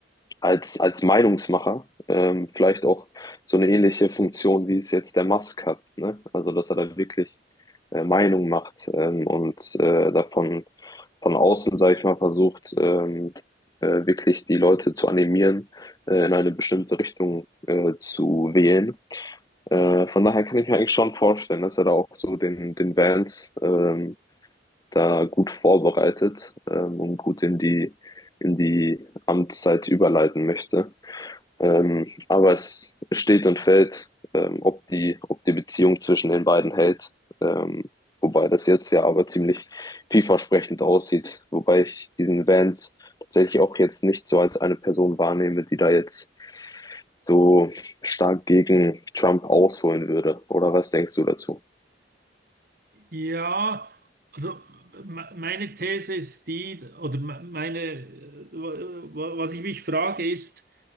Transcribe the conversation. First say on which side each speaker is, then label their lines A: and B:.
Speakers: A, on the left (about 20°); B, on the right (about 55°).
A: als, als Meinungsmacher ähm, vielleicht auch so eine ähnliche Funktion, wie es jetzt der Musk hat, ne? Also, dass er da wirklich äh, Meinung macht ähm, und äh, davon von außen, sage ich mal, versucht, ähm, äh, wirklich die Leute zu animieren, äh, in eine bestimmte Richtung äh, zu wählen. Äh, von daher kann ich mir eigentlich schon vorstellen, dass er da auch so den, den Vance ähm, da gut vorbereitet ähm, und gut in die, in die Amtszeit überleiten möchte. Ähm, aber es steht und fällt, ähm, ob die, ob die Beziehung zwischen den beiden hält. Ähm, wobei das jetzt ja aber ziemlich vielversprechend aussieht. Wobei ich diesen Vance tatsächlich auch jetzt nicht so als eine Person wahrnehme, die da jetzt so stark gegen Trump ausholen würde. Oder was denkst du dazu?
B: Ja, also me- meine These ist die, oder me- meine, äh, wa- was ich mich frage, ist,